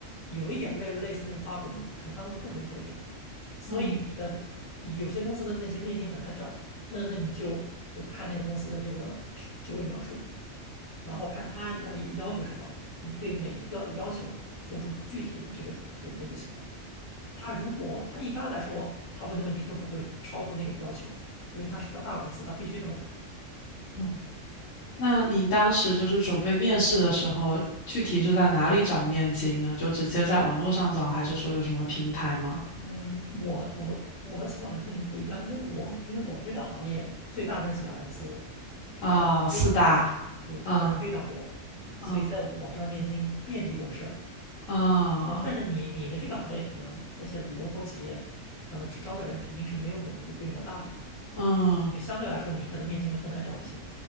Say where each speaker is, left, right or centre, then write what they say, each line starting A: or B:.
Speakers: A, on the left; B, on the left.
A: 有一点类类似那种八股文，可能他们会更灵活一点。所以你的有些公司的那些面经很难找，
B: 嗯
A: 那那你就就看那个公司的这个职职位描述，然后看他要要求什么，你对每一个要求做出具体的这个准准备就行了。他如果他一般来说他问的问题都不会超出那个要求，因为他是大大公司，他必须这么做。
B: 嗯。那你当时就是准备面试的时候，具体是在哪里找面经呢？就直接在网络上找，还是说有什么平台吗？
A: 嗯，我我我的情况可能跟你不一样，因为我因为我这个行业最大的那几家公司
B: 啊，
A: 招的人非常多，
B: 四大
A: 对，招的人非常多，
B: 啊
A: 所以在网上的面经遍地都是。
B: 啊啊啊
A: 呃，但是你你们这个行业可能那些龙头企业可能招招的人肯定是没有我们规规模大的，
B: 啊。
A: 对，相对来说你可能面经会更难找一些。